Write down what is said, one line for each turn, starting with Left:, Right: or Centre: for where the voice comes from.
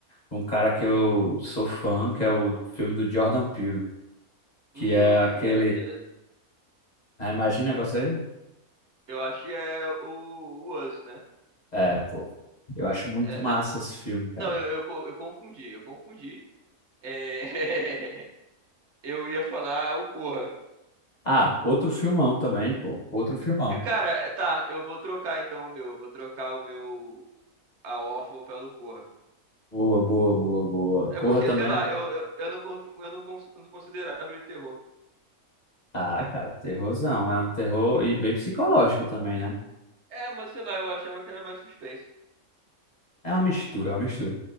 Left: um cara que eu sou fã, que é o filme do Jordan Peele, que
Right: Hum,
Left: é aquele...
Right: já, já-
Left: Ah, imagina com você?
Right: eu acho que é o, o Us, né?
Left: É, pô, eu acho muito
Right: É,
Left: massa
Right: na-
Left: esse filme, cara.
Right: Não, eu, eu, co- eu confundi, eu confundi. É, <laughs> Eu ia falar o Corra.
Left: Ah, outro filmão também, pô. Outro filmão.
Right: Eu, cara, é, tá, eu vou trocar então o meu. Vou trocar o meu. A órfã pelo Corra.
Left: Boa, boa, boa, boa.
Right: É
Left: Corra
Right: porque,
Left: também.
Right: sei lá, eu, eu, eu, não, con- eu não, cons- não considerava ele terror.
Left: Ah, cara, terrorzão. É um terror e bem psicológico também, né?
Right: É, mas sei lá, eu achava que era mais suspense.
Left: É uma mistura, é uma mistura.